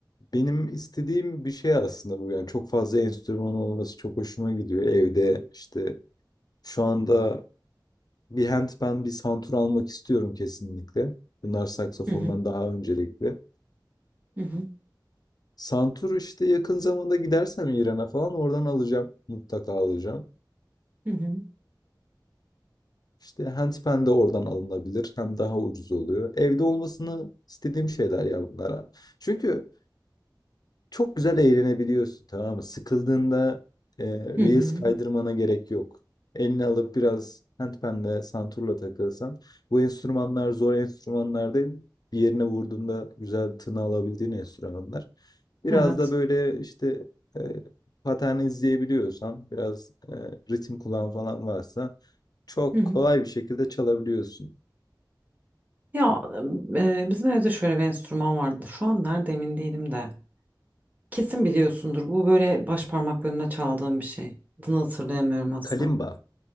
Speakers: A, on the left; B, on the right.
A: benim istediğim bir şey aslında bu. Yani çok fazla enstrüman olması çok hoşuma gidiyor. Evde işte şu anda Bir handpan, bir santur almak istiyorum kesinlikle. Bunlar saksafondan
B: Hı hı.
A: daha öncelikli.
B: Hı hı.
A: Santur işte yakın zamanda gidersem İran'a falan oradan alacağım. Mutlaka alacağım.
B: Hı hı.
A: İşte handpan de oradan alınabilir. Hem daha ucuz oluyor. Evde olmasını istediğim şeyler ya bunlara. Çünkü Çok güzel eğlenebiliyorsun tamam mı? Sıkıldığında e, Reels
B: Hı hı.
A: kaydırmana gerek yok. Elini alıp biraz handpan'le, santurla takılsan. Bu enstrümanlar zor enstrümanlar değil. Bir yerine vurduğunda güzel tını alabildiğin enstrümanlar. Biraz
B: Evet.
A: da böyle işte e, pattern izleyebiliyorsan, biraz e, ritim kulağın falan varsa çok
B: Hı hı.
A: kolay bir şekilde çalabiliyorsun.
B: Ya e, bizim evde şöyle bir enstrüman vardı. Şu an nerede emin değilim de. Kesin biliyorsundur. Bu böyle baş parmaklarına çaldığım bir şey. Adını hatırlayamıyorum aslında.
A: Kalimba.